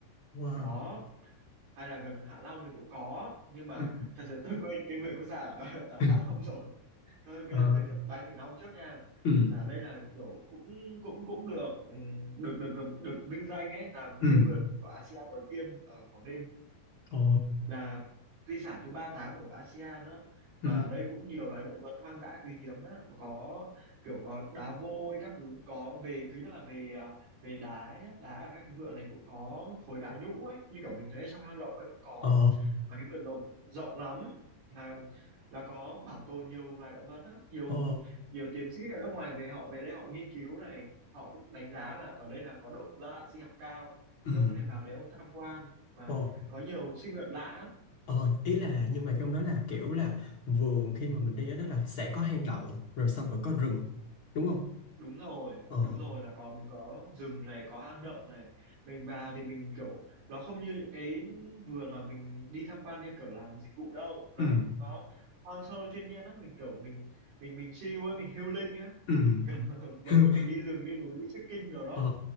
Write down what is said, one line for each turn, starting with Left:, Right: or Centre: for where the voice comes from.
Left: wow.
Right: đó hay là gần Hạ Long thì cũng có nhưng mà
Left: Ừ.
Right: thật sự tôi quên cái vườn quốc gia ở, ở Hạ
Left: <laughs>
Right: Long rồi Thôi bây
Left: Ờ.
Right: giờ giới thiệu bái từ long trước nha.
Left: Ừ.
Right: Là đây là kiểu cũng cũng cũng được ừ, được được được vinh danh ấy là
Left: Ừ.
Right: cái vườn của ASEAN đầu tiên ở Quảng Ninh
Left: Ờ.
Right: là di sản thứ ba tám của ASEAN đó. Mà
Left: Ừ.
Right: ở đây cũng nhiều loài động vật hoang dã quý hiếm á, có kiểu có đá vôi các thứ có về thứ nhất là về à, về đá nhá, đá ở các cái vườn này cũng có khối đá nhũ ấy, như kiểu mình thấy trong hang động ấy cũng có
Left: Ờ.
Right: và cái vườn rộng rộng lắm là là có bảo tồn nhiều loài động vật lắm nhiều
Left: Ờ.
Right: nhiều tiến sĩ ở nước ngoài về họ về đây họ nghiên cứu này họ cũng đánh giá là ở đây là có độ đa dạng sinh học cao
Left: Ừ.
Right: thì ông có thể vào đấy ông tham quan mà
Left: Ờ.
Right: có nhiều sinh vật lạ lắm
Left: Ờ, ý là nhưng mà trong đó là kiểu là vườn khi mà mình đi ở đó là sẽ có hang động rồi xong rồi có rừng đúng không?
Right: đúng rồi
Left: Ờ,
Right: đúng rồi là có mình có rừng này có hang động này mình vào thì mình kiểu nó không như những cái vườn mà mình đi tham quan theo kiểu làm dịch vụ đâu nó
Left: ừ,
Right: nó hoang sơ thiên nhiên lắm mình kiểu mình mình mình chill ấy mình healing á
Left: ừ.
Right: <laughs> giống
Left: <laughs>
Right: như mình đi rừng đi núi đi trekking đồ đó
Left: Ờ,